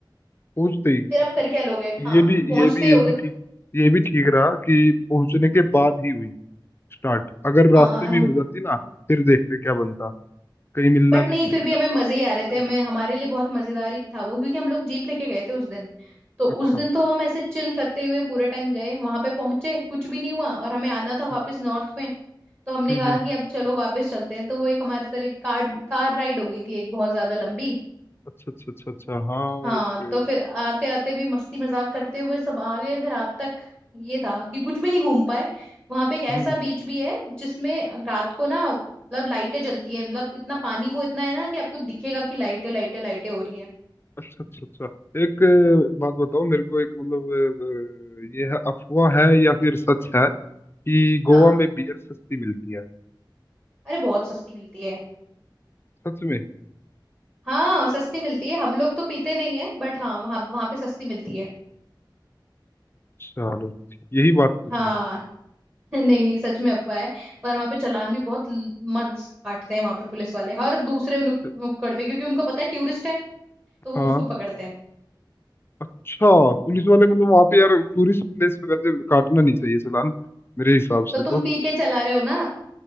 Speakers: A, on the left; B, on the right.
A: पूछते ही
B: फिर आप कर क्या लोगे
A: ये
B: हाँ
A: भी
B: पहुंचते
A: ये भी
B: ही हो
A: ये भी
B: गए
A: ठीक ये भी ठीक रहा कि पहुंचने के बाद ही हुई स्टार्ट अगर
B: हाँ
A: रास्ते में हो जाती ना फिर देखते क्या बनता कहीं मिलना
B: बट
A: भी
B: नहीं
A: नहीं
B: फिर भी
A: था
B: हमें
A: मतलब
B: मजे
A: कुछ देर
B: ही आ रहे
A: से
B: थे
A: निकलने
B: हमें हमारे
A: में।
B: लिए बहुत मजेदार ही था वो क्योंकि हम लोग जीप लेके गए थे उस दिन तो
A: अच्छा
B: उस दिन तो हम ऐसे चिल करते हुए पूरे टाइम गए वहां पे पहुंचे कुछ भी नहीं हुआ और हमें आना था
A: हम्म
B: वापस नॉर्थ में तो हमने
A: हम्म
B: कहा
A: हम्म,
B: कि अब चलो वापस चलते हैं तो वो एक हमारे तरह कार कार राइड हो गई थी एक बहुत ज्यादा लंबी
A: अच्छा अच्छा अच्छा अच्छा हाँ
B: हाँ
A: एक
B: तो फिर आते आते भी मस्ती मजाक करते हुए सब आ गए थे रात तक ये था कि कुछ भी नहीं घूम पाए वहां पे एक
A: हम्म
B: ऐसा बीच भी है जिसमें रात को ना मतलब लाइटें जलती है मतलब इतना पानी वो इतना है ना कि आपको दिखेगा कि लाइटें लाइटें लाइटें हो रही है
A: अच्छा अच्छा अच्छा एक अ, बात बताओ मेरे को एक मतलब अ, ये है अफवाह है या फिर सच है कि
B: हाँ
A: गोवा में बियर सस्ती मिलती है
B: अरे बहुत सस्ती मिलती है
A: सच में
B: हाँ सस्ती मिलती है हम लोग तो पीते नहीं है बट हाँ वहाँ वहाँ पे सस्ती मिलती है
A: चलो यही बात पूछनी
B: हाँ
A: थी
B: <laughs> नहीं नहीं सच में अफवाह है पर वहाँ पे चालान भी बहुत ल- मस्त काटते हैं वहाँ पे पुलिस वाले हर दूसरे नुक-
A: तो-
B: नुक्कड़ पे क्योंकि उनको पता है टूरिस्ट है तो
A: हाँ
B: वो उसको पकड़ते हैं
A: अच्छा पुलिस वाले मतलब वहां पे यार टूरिस्ट प्लेस पे वैसे काटना नहीं चाहिए चालान मेरे हिसाब
B: तो
A: से
B: तुम
A: तो
B: पी के चला रहे हो ना